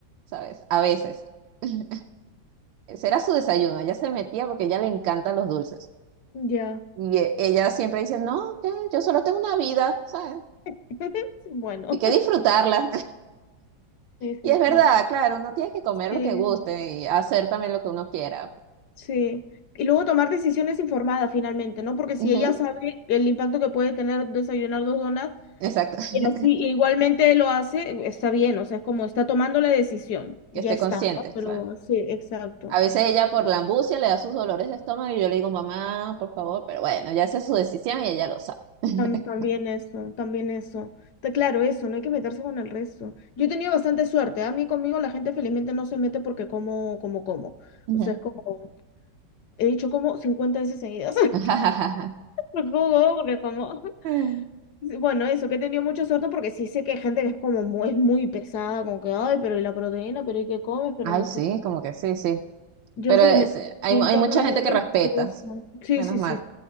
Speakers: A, on the right; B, on the left.
A: ¿sabes? A veces. <laughs> Ese era su desayuno, ella se metía porque a ella le encantan los dulces.
B: Ya.
A: Y eh, ella siempre dice, no, que yo solo tengo una vida, ¿sabes?
B: <laughs> Bueno,
A: Hay que disfrutarla.
B: sí,
A: Y
B: sí,
A: es verdad,
B: sí.
A: claro, uno tiene que comer
B: Sí.
A: lo que guste y hacer también lo que uno quiera.
B: Sí. Y luego tomar decisiones informadas finalmente, ¿no? Porque si
A: Ujú,
B: ella sabe el impacto que puede tener desayunar dos donas
A: exacto, <laughs>
B: y así igualmente lo hace, está bien, o sea, es como está tomando la decisión, ya
A: que esté
B: está,
A: consciente.
B: ¿no?
A: o
B: Pero sí, exacto.
A: A veces ella por la ambucia le da sus dolores de estómago y yo le digo, mamá, por favor, pero bueno, ya esa es su decisión y ella lo sabe. <laughs>
B: Tam- También eso, también eso. Está claro, eso, no hay que meterse con el resto. Yo he tenido bastante suerte, ¿ah? A mí conmigo la gente felizmente no se mete porque como, como, como.
A: Ujú.
B: O sea, es como, he dicho como 50 veces seguidas. <laughs>
A: <laughs>
B: Porque como, como, porque como. <laughs>
A: Mm.
B: Sí, Bueno, eso, que he tenido mucha suerte porque sí sé que hay gente que es como muy, es muy pesada, como que, ay, pero y la proteína, pero y qué comes, pero
A: Ay,
B: no
A: sí,
B: sé qué.
A: como que sí, sí.
B: Yo
A: Pero
B: felizmente,
A: es- hay,
B: mi
A: mu-
B: entorno
A: hay mucha
B: es muy
A: gente que
B: respetuoso.
A: respeta, sí,
B: Sí,
A: menos
B: sí,
A: mal.
B: sí.